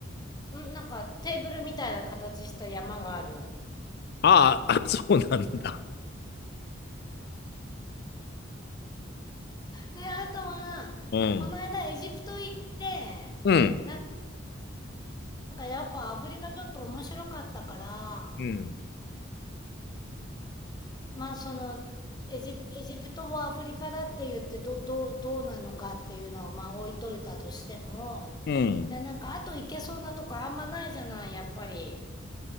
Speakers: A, on the left; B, on the left.
A: ん、なんかテーブルみたいな形した山があるの。
B: あーあ、そうなんだ。
A: で、あとは、
B: うん。
A: この間エジプト行って、
B: うん。
A: なんかやっぱアフリカちょっと面白かったから、
B: うん。
A: まあそのエジプ、エジプトをアフリカだって言ってどう、どう、どうなのかっていうのはまあ置いといたとしても、
B: うん。
A: で、なんかあと行けそうなとこあんまないじゃない、やっぱり。